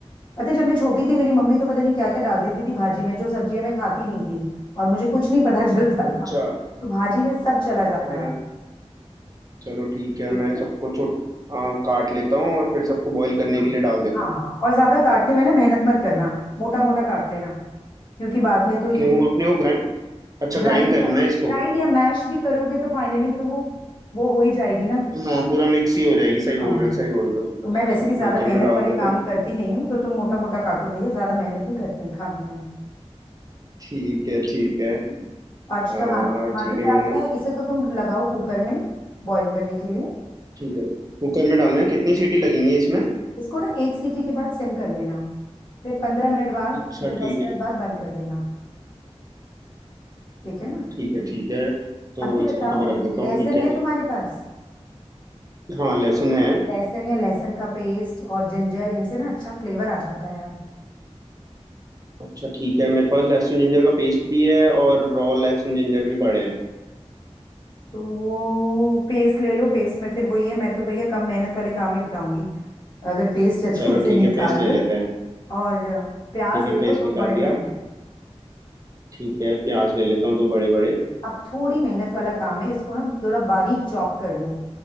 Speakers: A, on the left; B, on the right.
A: पता है जब मैं छोटी थी मेरी मम्मी तो पता नहीं क्या क्या डाल देती थी भाजी में जो सब्जियां मैं खाती नहीं थी और मुझे कुछ नहीं पता <laughs> चलता
B: अच्छा
A: था तो भाजी में सब चला जाता
B: अ,
A: है
B: चलो ठीक है
A: ठीक
B: मैं
A: है ना
B: सबको छोट अ, काट लेता हूँ और फिर सबको बॉईल करने
A: हाँ
B: के लिए डाल देता
A: हाँ
B: हूँ
A: हाँ, और ज्यादा काटने में ना मेहनत मत करना मोटा मोटा काट लेना क्योंकि बाद में तो ये
B: क्यों अपने को ग्राइंड अच्छा
A: ग्राइंड
B: ग्राइंड करना
A: कर
B: है इसको
A: ग्राइंड या मैश भी करोगे तो फाइनली तो वो वो हो ही जाएगी ना
B: हाँ पूरा मिक्स ही हो जाएगी सही
A: हाँ
B: बोल रहे हो सही बोल रहे हो
A: तो मैं वैसे
B: चलो
A: भी ज्यादा
B: ठीक
A: मेहनत
B: है मैं डाल
A: वाले
B: देता
A: काम
B: हूँ
A: करती नहीं हूँ तो तुम मोटा मोटा काटो भैया ज्यादा मेहनत नहीं करते हैं खाने में
B: ठीक है ठीक है
A: हम्म। और
B: आ,
A: टमाटर टमाटर
B: ठीक
A: प्याज
B: है मैंने
A: है इसे तो तुम लगाओ कुकर में बॉईल करने के लिए
B: ठीक है कुकर में डालना है कितनी सीटी लगेंगी इसमें
A: इसको ना एक सीटी के बाद सिम कर देना फिर पंद्रह मिनट बाद
B: अच्छा
A: या
B: ठीक
A: दस
B: है
A: मिनट बाद बंद कर देना ठीक है ना
B: ठीक है ठीक है तो
A: अब ये
B: इसको
A: बताओ
B: तो मैं रख देता
A: लहसुन
B: हूँ ठीक है
A: है तुम्हारे पास
B: हाँ लहसुन है
A: लहसुन या लहसुन का पेस्ट और जिंजर इनसे ना अच्छा फ्लेवर आ जाता है यार
B: अच्छा ठीक है मेरे पास लहसुन जिंजर का पेस्ट भी है और रॉ लहसुन जिंजर भी पड़े हैं
A: तो वो पेस्ट ले लो पेस्ट में फिर वो ये मैं तो भैया कम मेहनत वाले काम ही बताऊंगी अगर पेस्ट है तो
B: चलो
A: उसे
B: ठीक
A: निकाल
B: है पेस्ट ले लेते
A: लो
B: हैं
A: और प्याज
B: ठीक है
A: ले लो
B: पेस्ट
A: दो
B: निकाल
A: बड़े
B: लिया
A: बड़े
B: ठीक है प्याज ले लेता हूँ दो बड़े बड़े
A: अब थोड़ी मेहनत वाला काम है इसको ना थोड़ा बारीक चॉप कर लो